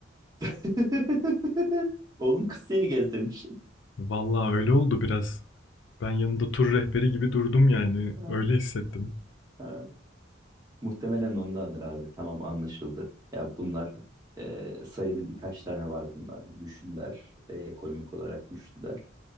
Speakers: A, on the right; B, on the left.
A: <laughs> Oğlum kız seni gezdirmiş.
B: Vallahi öyle oldu biraz. Ben yanında tur rehberi gibi durdum yani.
A: Ha,
B: Öyle hissettim.
A: ha. Muhtemelen ondadır abi. Tamam anlaşıldı. Ya bunlar e, sayılı birkaç tane var bunlar. Güçlüler. e, ekonomik olarak güçlüler.